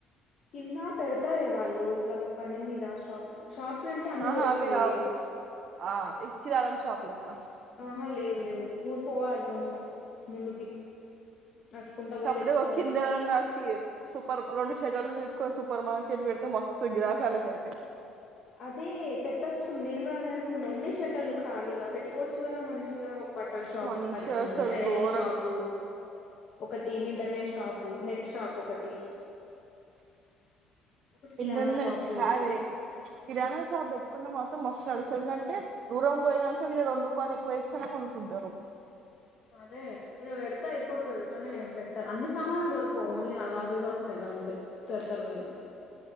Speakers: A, on the left (about 40°); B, on the right (about 45°).
A: కింద పెడతారే వాళ్ళు ఇట్లా బండి మీద షాప్ షాప్లు అంటే అన్ని
B: ఆహా
A: దొరకవే
B: అవి కావు ఆ కిరాణం షాప్ లెక్క
A: ఆహా లేవు లేవు దూర్ పోవాలి కొంచెం ముందుకి నడుచుకుంటా పోయి
B: సప్పుడే
A: తెచ్చుకోవాలి
B: ఒ కింద ఎవరన్నా వచ్చి సూపర్ రెండు షెడల్లు తీసుకొని సూపర్ మార్కెట్ పెడితే మస్తు గిరాకాలక అయితాయి.
A: అదే పెట్టొచ్చు నేను కూడా అదే అనుకున్నా. ఉన్నాయి షటలు ఖాళీగా పెట్కోవచ్చు. కదా మంచిగా ఒక బట్టల్ షాప్
B: మంచిగా
A: అదే
B: అసలు
A: టైలరింగ్
B: ఘోరం
A: షాప్ ఒకటి ఇంటర్నెట్ షాపు నెట్ షాప్ ఒకటి ఒకటి కిరాణా
B: ఇంటర్నెట్
A: షాపు
B: కాదే కిరాణా షాప్ కుడా మొత్తం మస్త్ నడుస్తది కానీ దూరం పోయేదని కంటే ఇడే రెండు రూపాయలు ఎక్కువ ఇచ్చి అయిన కొనుక్కుంటారు.
A: అదే ఇప్పుడు పెడతా అయిపోతుంది కానీ పెట్ట అన్ని సామానులు దొరకవు ఓన్లీ అవి అవిద గంతే పెడతారు గానీ